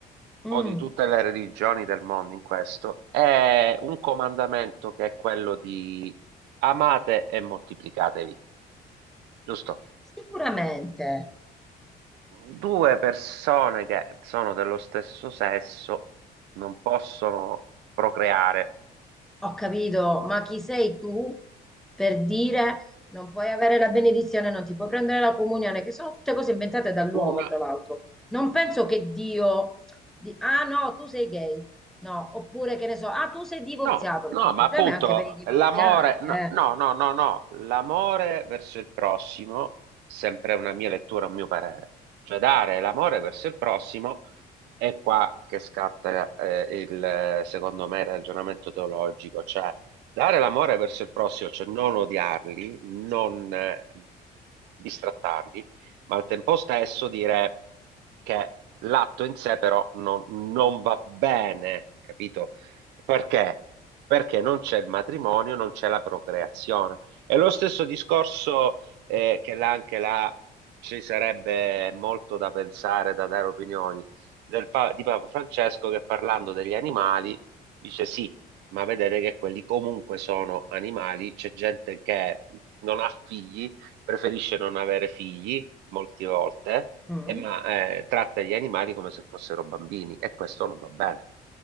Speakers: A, in the centre; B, on the right.
A: mm, mm.
B: o di tutte le religioni del mondo in questo è un comandamento che è quello di amate e moltiplicatevi, giusto?
A: sicuramente
B: Due persone che sono dello stesso sesso non possono procreare.
A: ho capito, ma chi sei tu per dire non puoi avere la benedizione, non ti puoi prendere la comunione, che sono tutte cose inventate dall'uomo,
B: Una.
A: tra l'altro. Non penso che Dio di, ah no, tu sei gay. No, oppure che ne so, ah, tu sei divorziato,
B: No, no,
A: perché il
B: ma
A: problema
B: appunto
A: è anche per i divorziati,
B: l'amore, no,
A: eh.
B: no, no, no, no, l'amore verso il prossimo, sempre una mia lettura, un mio parere, cioè dare l'amore verso il prossimo è qua che scatta eh, il, secondo me, il ragionamento teologico, cioè dare l'amore verso il prossimo, cioè non odiarli, non eh, distrattarli, ma al tempo stesso dire che l'atto in sé però non, non va bene, capito? Perché? Perché non c'è il matrimonio, non c'è la procreazione. È lo stesso discorso eh, che là anche là ci sarebbe molto da pensare, da dare opinioni del pa- di Papa Francesco che parlando degli animali dice sì, ma vedete che quelli comunque sono animali, c'è gente che non ha figli, preferisce non avere figli molte volte,
A: Mm.
B: e ma eh, tratta gli animali come se fossero bambini e questo non va bene.